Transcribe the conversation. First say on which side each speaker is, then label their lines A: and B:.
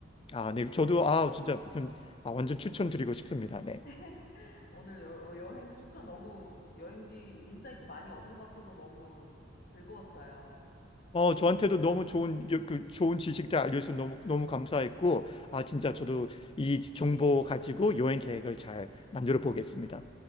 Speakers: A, on the left; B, on the left.
A: 아, 네. 저도 아, 진짜 무슨 아, 완전 추천드리고 싶습니다. 네.
B: <laughs> 오늘 여, 어, 여행 추천 너무 여행지 인사이트 많이 얻은 것 같아서 너무 즐거웠어요.
A: 어, 저한테도 너무 좋은, 여- 그, 좋은 지식들 알려줘서 너무, 너무 감사했고, 아, 진짜 저도 이 정보 가지고 여행 계획을 잘 만들어 보겠습니다.